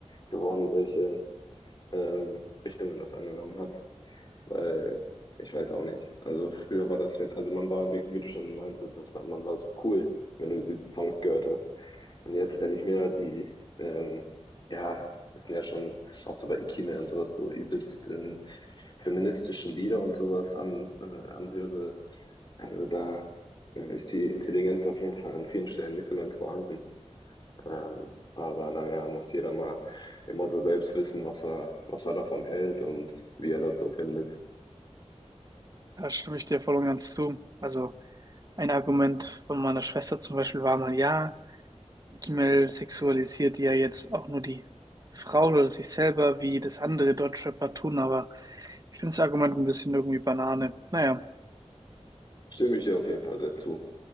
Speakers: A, on the left; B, on the right.
A: geworden, welche ähm, Richtungen das angenommen hat. Weil ich weiß auch nicht. Also früher war das, wenn- also man war, wie, wie du schon meintest, das war, man war so cool, wenn du diese Songs gehört hast. Und jetzt, wenn ich mir da die, ähm, ja, das sind ja schon auch so bei Ikime und sowas, so übelst ähm, feministischen Lieder und sowas an, äh, anhöre, also da äh, ist die Intelligenz auf jeden Fall an vielen Stellen nicht so ganz vorhanden. Ähm, aber naja, muss jeder mal immer so selbst wissen, was er, was er davon hält und wie er das so findet.
B: Da stimme ich dir voll und ganz zu. Also, Ein Argument von meiner Schwester zum Beispiel war mal, ja, Gimel sexualisiert ja jetzt auch nur die Frau oder sich selber, wie das andere Deutschrapper tun, aber ich finde das Argument ein bisschen irgendwie Banane. Naja.
A: Stimme ich dir auf jeden Fall dazu.